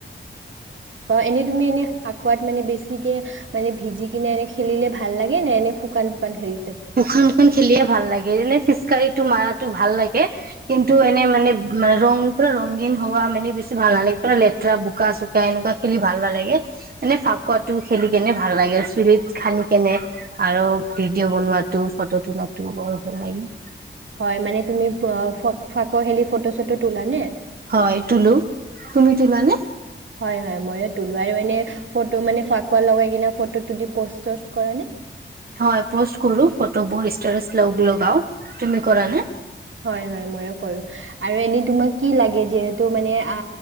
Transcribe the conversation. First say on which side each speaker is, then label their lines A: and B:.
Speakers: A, on the right; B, on the right.
A: এনেই তুমি এনেই ফাকুৱাত মানে বেছিকে মানে ভিজি কিনে এনে খেলিলে ভাল লাগে ন এনে শুকান শুকান খেলি
B: শুকান শুকান খেলিয়ে ভাল লাগে এনেই ফিচকাৰি মাৰাতো ভাল লাগে কিন্তু এনে মানে মানে ৰং পুৰা ৰগীন হোৱা মানে বেছি ভাল নালাগে পুৰা লেতেৰা বোকা চোকা এনেকুৱা খেলি ভাল নালাগে। এনে ফাকুৱা টো খেলি কেনে ভাল লাগে । চুলিত সানি কেনে আৰু ভিডিঅ' বনোৱাত তোৰ ফটো তোলাত ত বৰ ভাল লাগিলে
A: হয় মানে তুমি ফক কুৱা খেলি ফটো চটো তোলা নে
B: হয় তুলো তুমি তোলা নে
A: হয় হয় মইও তোলো মই মানে ফাকুৱা লগাই ফটো পষ্ট কৰানে
B: হয় পষ্ট কৰো ফটোবোৰ ষ্টাচ লগও তুমি কৰা নে
A: হয়, হয়, ময়ো কৰোঁ আৰু এনেই তোমাক কি লাগে যিহেতু মানে অ